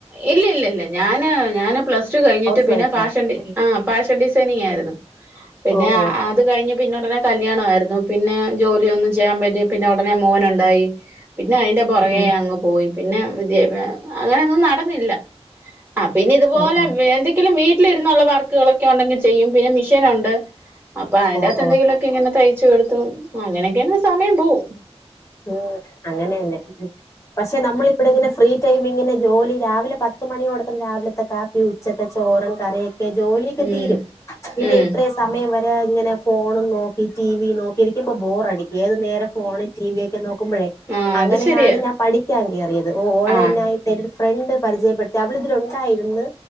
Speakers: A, on the right; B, on the left.
A: ഇല്ലില്ലല്ലാ ഞാന് ഞാന് പ്ലസ് സ്ടു കഴിഞ്ഞിട്ട്
B: ഹൗസ്
A: പിന്നെ
B: വൈഫാ
A: പാഷൻഡി
B: ഉം
A: ആ പാഷൻഡിസൈനിങ്ങായിരുന്നു പിന്നെ
B: ഓ ഓ
A: അത് കഴിഞ്ഞ് പിന്നുടെനെ കല്യാണായിരുന്നു പിന്നെ ജോലിയൊന്നും ചെയ്യാൻ പറ്റീറ്റില്ല ഉടനെ മോനുണ്ടായി പിന്നെ അയ്ന്റെ പുറകെ
B: ഉം
A: അങ്ങ് പോയി പിന്നെ വിദ്യാഭ്യാ അങ്ങനെയൊന്നും നടന്നില്ല ആ പിന്നെ ഇതുപോലെ
B: ഓ ഓ
A: വേ എന്തെങ്കിലും വീട്ടിലിരുന്നുള്ള വർക്കുകളൊക്കെണ്ടെങ്കില് അപ്പൊ അയ്ന്റെത്ത്ന്തെങ്കിലൊക്കെ
B: ഓ ഓ
A: ങ്ങനെതയ്ച്ചുകൊടുത്തും പൊ അങ്ങനെയൊക്കങ്ങ് സമയം പോവും
B: ഉം അങ്ങനെന്നെ പക്ഷെ നമ്മള് ഇവിടെ ഇങ്ങനെ ഫ്രീ ടൈം ചെയ്യുന്നജോലി രാവിലെ പത്ത് മണിയോടത്തം രാവിലത്തെ കാപ്പി ഉച്ചത്തെ ചോറും കറിയും ജോലിയ്ക്കെ
A: ഉം
B: തീരും പിന്നെഇത്ര
A: ഉം
B: സമയംവരെ ഞാങ്ങ്നെ ഫോണുംനോക്കി ടി വി നോക്കിരിക്കുമ്പോ ബോറടിക്കേത് നേരെഫോണ് ടി വി ഒക്കെ നോക്കുമ്പോഴേ
A: ആ
B: അങ്ങനെയാണ്
A: അത് ശരിയാ
B: ഞാൻ പഠിക്കാൻ കേറിയത് ഓ ഓൺലൈനായിട്ട്
A: ആ
B: ഫ്രണ്ട് പരിചയപ്പെട്ട് അവള് തിലുണ്ടായിരുന്ന്